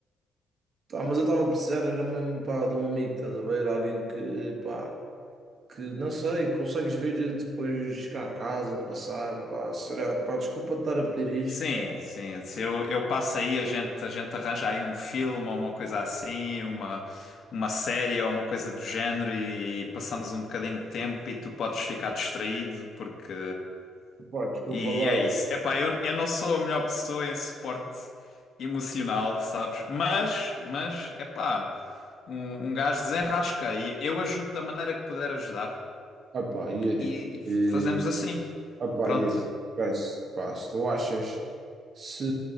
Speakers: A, on the right (about 55°); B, on the left (about 60°).
A: Tá, mas eu estava a precisar, era mesmo, pá, de um amigo, estás a ver? Alguém que, pá, que, não sei, consegues vir depois cá a casa, passar, pá, será, pá, desculpa estar a pedir isto,
B: Sim,
A: pá,
B: sim. Se eu, eu passo aí, a gente, a gente arranja aí um filme ou uma coisa assim, uma, uma série ou uma coisa do género e passamos um bocadinho de tempo e tu podes ficar distraído porque.
A: pá, desculpa
B: E
A: lá.
B: é isso. Epá, eu, eu não sou a melhor pessoa em suporte emocional, sabes? Mas, mas, epá, um, um gajo desenrasca e eu ajudo da maneira que puder ajudar.
A: Ah pá, Yuri.
B: e, e fazemos
A: eh,
B: assim.
A: Opa,
B: Pronto.
A: e, pá, se, pá, se tu achas se,